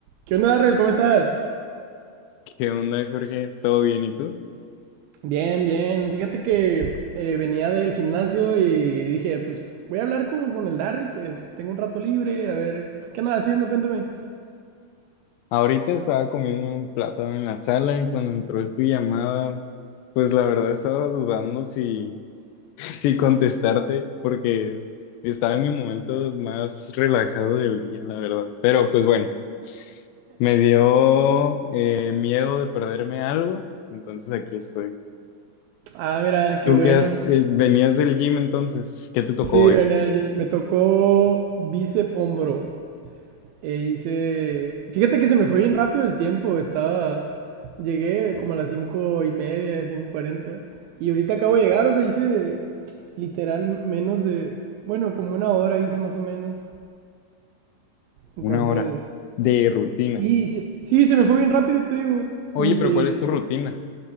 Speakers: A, on the right (about 80°); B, on the left (about 80°).
A: ¿Qué onda, Darrell? ¿Cómo estás?
B: ¿Qué onda, Jorge? ¿Todo bien? ¿Y tú?
A: Bien, bien. Fíjate que eh, venía del gimnasio y dije, pues voy a hablar con, con el Darrell, pues tengo un rato libre, a ver, ¿qué andas haciendo? Cuéntame.
B: Ahorita estaba comiendo un plátano en la sala y cuando entró tu llamada, pues la verdad estaba dudando si, <laughs> si contestarte porque estaba en mi momento más relajado del día, la verdad. Pero pues bueno, me dio eh, miedo de perderme algo, entonces aquí estoy.
A: Ah, mira, qué
B: ¿Tú
A: bueno.
B: qué has, eh, venías del gym entonces? ¿Qué te tocó
A: Sí,
B: hoy?
A: venía al gym. Me tocó bíceps hombro. E hice... Fíjate que se me fue bien rápido el tiempo, estaba... Llegué como a las cinco y media, cinco cuarenta. Y ahorita acabo de llegar, o sea, hice literal menos de... Bueno, como una hora hice más o menos. Entonces,
B: Una hora de rutina.
A: sí, sí, sí, se me fue bien rápido, te digo.
B: Oye,
A: Como
B: pero
A: que,
B: ¿cuál es tu rutina?